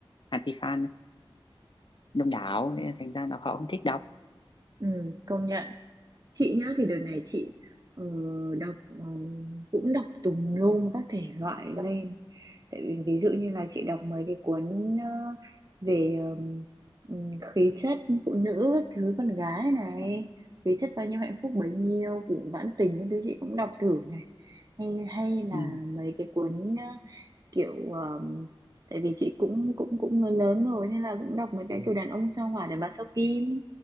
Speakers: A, on the left; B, on the right.
A: anti-fan đông đảo thế là thành ra là họ cũng thích đọc
B: ừ công nhận chị nhá thì đợt này chị ờ, đọc ờ, cũng đọc tùm lum các thể loại lên tại vì ví dụ như là chị đọc mấy cái cuốn ờ, về ờm, ừm, khí chất phụ nữ các thứ con gái này
A: Ờ,
B: khí chất bao nhiêu hạnh phúc bấy nhiêu cũng vãn tình những thứ chị cũng đọc thử này hay hay
A: ừ.
B: là mấy cái cuốn ờ, kiểu ờm, tại vì chị cũng cũng cũng lớn lớn rồi thế là cũng đọc mấy cái kiểu đàn ông sao hỏa đàn bà sao kim